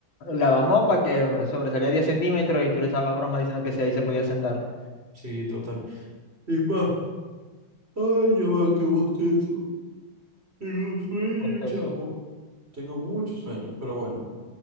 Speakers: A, on the left; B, on the right.
A: Lavamos para que sobresalía diez centímetros y tú le echabas broma diciendo que si ahí se podía sentar.
B: Sí, total. Es más, ay, ya va, qué bostezo. Tengo sueño,
A: Hostia,
B: chamo.
A: eso.
B: Tengo mucho sueño, pero bueno.